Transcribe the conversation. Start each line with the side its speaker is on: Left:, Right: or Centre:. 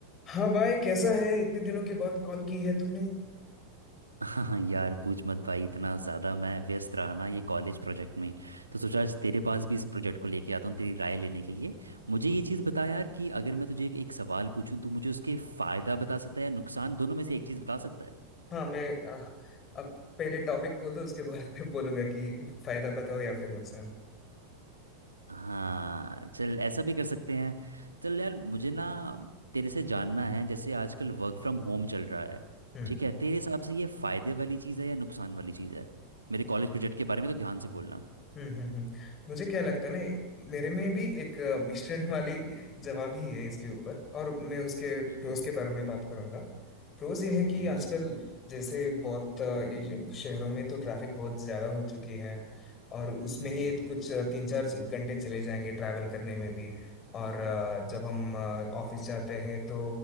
Left: हाँ भाई कैसा है इतने दिनों के बाद कॉल की है तूने
Right: <laughs> हाँ यार पूछ मत भाई इतना ज़्यादा मैं व्यस्त रहा ना ये कॉलेज प्रोजेक्ट में तो सोचा आज तेरे पास भी इस प्रोजेक्ट को लेके आता हूँ तेरी राय लेने के लिए मुझे ये चीज़ बता यार कि अगर मैं तुझे एक सवाल पूछूँ तो मुझे उसके फ़ायदा बता सकता है या नुकसान दोनों में से एक चीज़ बता सकता है
Left: हाँ मैं आ, अब पहले टॉपिक बोल दो उसके बाद <laughs> फिर बोलूंगा कि फायदा बताओ या फिर नुकसान
Right: हाँ चल ऐसा भी कर सकते हैं चल यार मुझे ना तेरे से जानना है जैसे आजकल वर्क फ्रॉम होम चल रहा है
Left: हम्म।
Right: ठीक है तेरे हिसाब से ये फ़ायदे वाली चीज़ है या नुकसान वाली चीज़ है मेरे कॉलेज प्रोजेक्ट के बारे में तो ध्यान से बोलना
Left: हम्म हम्म हम्म। मुझे क्या लगता है ना मेरे में भी एक अ, मिश्रण <laughs> वाली जवाब ही है इसके ऊपर और मैं उसके प्रोज
Right: हम्म
Left: के बारे में बात करूंगा प्रोज ये है कि
Right: हम्म
Left: आजकल जैसे बहुत अ, ये शहरों में तो ट्रैफिक बहुत ज्यादा हो चुकी है और उसमें
Right: हम्म
Left: ही
Right: हम्म,
Left: कुछ अ, तीन चार घंटे चले जाएंगे ट्रैवल करने में भी और अ, जब हम ऑफिस जाते हैं तो